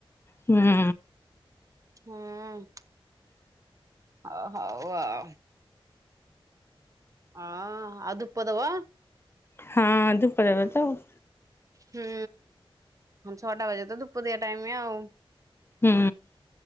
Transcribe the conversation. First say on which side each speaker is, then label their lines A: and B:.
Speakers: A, on the left; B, on the right.
A: ହୁଁ।
B: ହଁ। ହ ହଉ ଆଉ। ଅ ଆଉ ଧୂପ ଦବ।
A: ହଁ ଧୂପ ଦେବୀ ତ ଆଉ।
B: ହୁଁ ହଁ ଛଅଟା ବାଜିଲେ ତ ଧୂପବଦିଆ ଟାଇମ ଆଉ।
A: ହୁଁ।